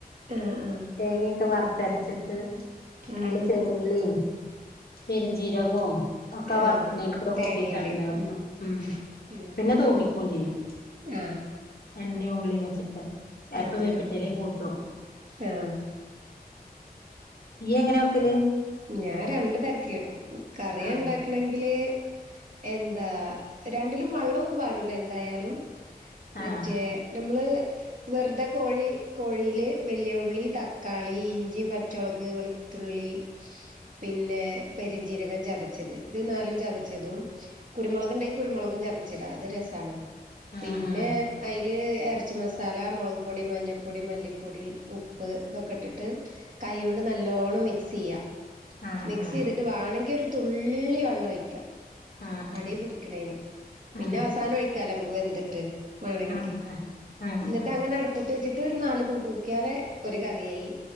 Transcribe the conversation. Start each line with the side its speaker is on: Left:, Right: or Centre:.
Right: ആഹ് ആഹ്
Left: തേങ്ങയൊക്കെ വറുത്തരച്ചിട്ട്
Right: ആഹ്
Left: അതില് ചേർ ഉള്ളിയും പെരിഞ്ചീരകവും ഒക്കെ ആ വർക്കണതിൽ
Right: ആഹ്
Left: കൂടെ
Right: തേങ്ങയില്
Left: കൂട്ടിയിട്ട് അങ്ങനെ വെക്കും
Right: ഉം
Left: ഉമ്
Right: ഉം
Left: പിന്നെ തുമിക്കും ചെയ്യും
Right: ആഹ്
Left: എണ്ണയും ഉള്ളിയും വെച്ചിട്ട് ചിലപ്പോ
Right: അങ്ങനെ
Left: വേപ്പിന്റെ ഇലയും കൂട്ടും
Right: ആഹ്
Left: യ്യി എങ്ങനെയാ വെക്കല്
Right: ഞാൻ രണ്ടു തരത്തില് വെക്കും കറിയാ
Left: ആഹ്
Right: ഉണ്ടാക്കണെങ്കില് എന്താ രണ്ടിലും വെള്ളമൊന്നും പാറൂല എന്തായാലും മറ്റേ
Left: ആഹ്
Right: നമ്മള് വെറുതെ കോഴി കോഴിയില് വലിയ ഉള്ളി തക്കാളി ഇഞ്ചിയും പച്ചമുളക് വെളുത്തുള്ളി ത്തുള്ളി പിന്നെ പെരിഞ്ചീരകം ചതച്ചത് ഇത് നാലും ചതച്ചതും കുരുമുളക് ഉണ്ടെിൽ കുരുമുളകും ചതച്ചിടാ അത് രസാണ്
Left: ആഹ്
Right: പിന്നെ
Left: ആഹ്
Right: അതില് ഇതില് ഇറച്ചി മസാല മുളക്പൊടി മഞ്ഞപ്പൊടി മല്ലിപ്പൊടി ഉപ്പ് ഇതൊക്കെ ഇട്ടിട്ട് കൈ കൊണ്ട് നല്ലോണം മിക്സ് ചെയ്യുക
Left: ആഹ്
Right: മിക്സ്
Left: ആഹ്
Right: ചെയ്തിട്ട് വേണങ്കി ഒരു തുള്ളി വള്ളം ഒഴിക്കാം
Left: ആഹ് ആഹ്
Right: അടീപിടിക്ക്‌ണേന് പിന്നെ
Left: ആഹ്
Right: അവസാനം ഒഴിക്കാലോ നമുക്ക് വെന്തിട്ട് വേണെങ്കില്
Left: ആഹ് ആഹ്
Right: എന്നിട്ട്
Left: ആഹ്
Right: അങ്ങനെ അട്പ്പത്ത് വെച്ചി ട്ട് ഒരു നാല് കൂക്കിയാല് ഒരു കറിയായി.